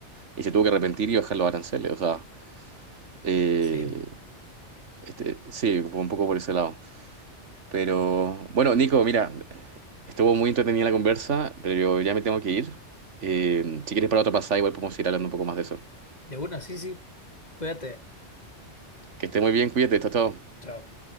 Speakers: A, on the right; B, on the left.
A: Y se tuvo que arrepentir y bajar los aranceles. O sea, eh,
B: Sí,
A: este, sí, fue un poco por ese lado. Pero bueno, Nico, mira, estuvo muy entretenida la conversa, pero yo ya me tengo que ir. Eh, si quieres para otra pasada, igual podemos ir hablando un poco más de eso.
B: de una, sí, sí. Cuídate.
A: Que esté muy bien, cuídate, chao, chao.
B: Chao.